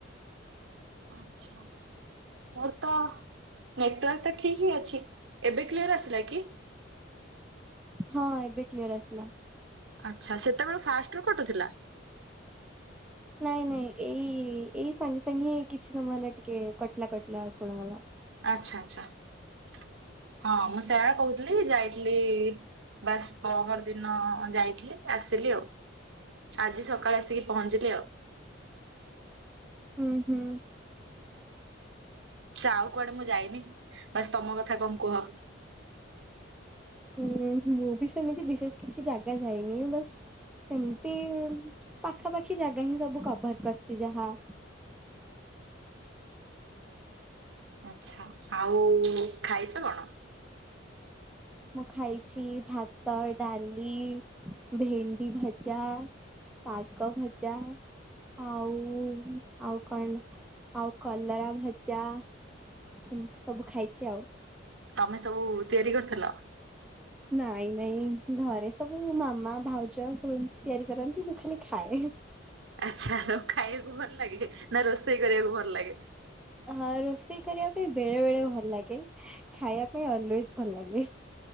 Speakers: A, on the right; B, in the centre.
A: ଆଛା। ମୋର ତ ନେଟୱାର୍କ ତ ଠିକ ହିଁ ଅଛି। ଏବେ କ୍ଲିୟର ଆସିଲା କି?
B: ହଁ, ଏବେ କ୍ଲିୟର ଆସିଲା।
A: ଆଚ୍ଛା, ସେତେବେଳୁ ଫାଷ୍ଟ ରୁ କଟୁଥିଲା?
B: ନାଇଁ ନାଇଁ ଏଇ-ଏଇ ସାଙ୍ଗେ ସାଙ୍ଗେ କିଛି ସମୟ ହେଲା ଟିକେ କଟିଲା କଟିଲା ଶୁଣାଗଲା।
A: ଆଚ୍ଛା ଆଚ୍ଛା। ହଁ, ମୁଁ ସେଇଆ କହୁଥିଲି ଯାଇଥିଲି ବାସ୍ ପହର ଦିନ ଯାଇଥିଲି ଆସିଲି ଆଉ। ଆଜି ସକାଳେ ଆସିକି ପହଞ୍ଚିଲି ଆଉ।
B: ହୁଁ ହୁଁ।
A: ସେ ଆଉ କୁଆଡ଼େ ମୁଁ ଯାଇନି। ବାସ ତମ କଥା କଣ କୁହ।
B: ହୁଁ, ମୁଁ ବି ସେମିତି ବିଶେଷ କିଛି ଜାଗା ଯାଇନି ବାସ୍ ସେମତି ପାଖାପାଖି ଜାଗା ହିଁ ସବୁ କଭର କରିଛି ଯାହା।
A: ଆଚ୍ଛା। ଆଉ ଖାଇଛ କଣ?
B: ମୁଁ ଖାଇଛି ଭାତ, ଡାଲି, ଭେଣ୍ଡି ଭଜା ଶାଗ ଭଜା ଆଉ ଆଉ କଣ ଆଉ କଲରା ଭଜା ଏମିତି ସବୁ ଖାଇଛି ଆଉ।
A: ତମେ ସବୁ ତିଆରି କରିଥିଲ?
B: ନାଇଁ ନାଇଁ ଘରେ ସବୁ ମାମା, ଭାଉଜ ସବୁ ଏମିତି ତିଆରି କରନ୍ତି, ମୁଁ ଖାଲି ଖାଏ।
A: ଆଚ୍ଛା ତମକୁ ଖାଇବାକୁ ଭଲ ଲାଗେ ନା ରୋଷେଇ କରିବାକୁ ଭଲ ଲାଗେ?
B: ହଁ ରୋଷେଇ କରିବା ପାଇଁ ବେଳେ ବେଳେ ଭଲ ଲାଗେ। ଖାଇବା ପାଇଁ ଅଲୱେଜ ଭଲ ଲାଗେ।